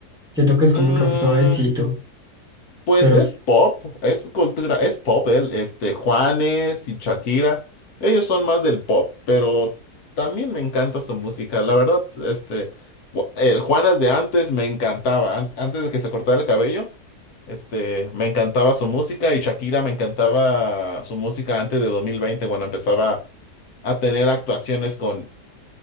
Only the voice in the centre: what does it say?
Siento que es como
un rock suavecito,
pero
s-